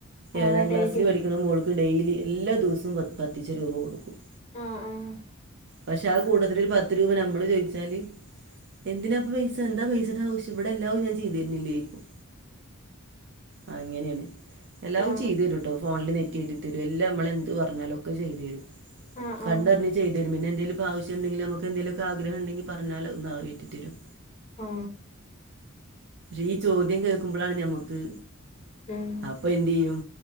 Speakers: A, on the left; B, on the right.
A: ആ
B: ഏഴാം ക്ലാസ്സിൽ
A: ഡെയിലി
B: പഠിക്കണ മോൾക്ക് ഡെയിലി എല്ലാ ദിവസവും പ പത്തിച് രൂപ കൊടുക്കും
A: ആഹ്, ആഹ്
B: പക്ഷെ ആ കൂട്ടത്തിൽ ഒരു പത്ത് രൂപ നമ്മള് ചോദിച്ചാല് എന്തിനാപ്പ പൈസ എന്താ പൈസയുടെ ആവശ്യ ഇവിടെ എല്ലാവും ഞാൻ ചെയ്ത തരുന്നില്ലേക്കും ആ, അങ്ങനെയാണ് എല്ലാവും
A: ആ
B: ചെയ്ത് തരുട്ടോ ഫോണില് നെറ്റ് കേറ്റി എല്ലാം നമ്മള എന്ത് പറഞ്ഞാലുംക്കെ ചെയ്തു തരും,
A: ആ
B: കണ്ടറിഞ്
A: ആ
B: ചെയ്തു തരും പിന്നെ എന്തേലും പ്പ ആവശ്യം ണ്ടെങ്കിൽ നമുക്ക് എന്തങ്കിലൊക്കെ ആഗ്രഹം ഉണ്ടെങ്കിൽ പറഞ്ഞാലത് നിറവേറ്റി തരും
A: ആ
B: ഈ ചോദ്യം കേൾക്കുമ്പോഴാണ് ഞമ്മുക്ക്
A: ഉം
B: അപ്പൊ എന്ത് ചെയ്യും